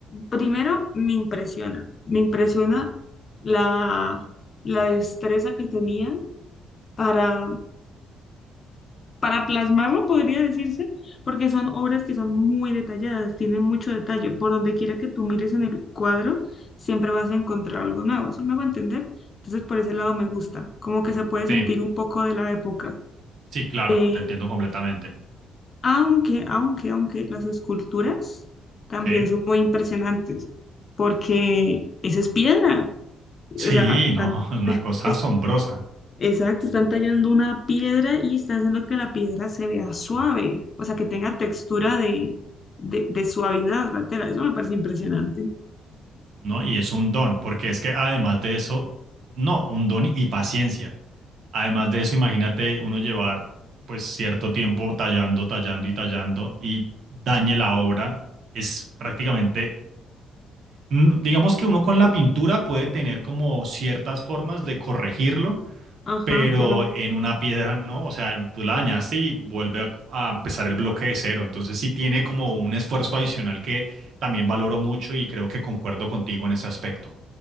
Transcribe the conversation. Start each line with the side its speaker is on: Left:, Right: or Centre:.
Left: primero me impresiona, me impresiona la, la destreza que tenían para, para plasmarlo, podría decirse, porque son obras que son muy detalladas, tienen mucho detalle. Por donde quiera que tú mires en el cuadro, siempre vas a encontrar algo nuevo, ¿sí me hago entender? Entonces, por ese lado me gusta, como que se puede sentir
Right: Sí.
Left: un poco de la época.
Right: Sí, claro,
Left: Eh,
Right: te entiendo completamente.
Left: Aunque, aunque, aunque las esculturas también
Right: Sí.
Left: son muy impresionantes, porque esa es piedra.
Right: Sí,
Left: O sea, están,
Right: no, <laughs> es una cosa
Left: es-
Right: asombrosa,
Left: exacto, están tallando una piedra y están haciendo que la piedra se vea suave, o sea, que tenga textura de, de, de suavidad la tela. Eso me parece impresionante.
Right: ¿no? Y es un don, porque es que además de eso, no, un don y paciencia. Además de eso, imagínate uno llevar pues cierto tiempo tallando, tallando y tallando y dañe la obra. Es prácticamente, n- digamos que uno con la pintura puede tener como ciertas formas de corregirlo,
Left: Ajá,
Right: pero
Left: pero,
Right: en una piedra no, o sea, tú la dañaste y vuelve a, a empezar el bloque de cero, entonces sí tiene como un esfuerzo adicional que también valoro mucho y creo que concuerdo contigo en ese aspecto.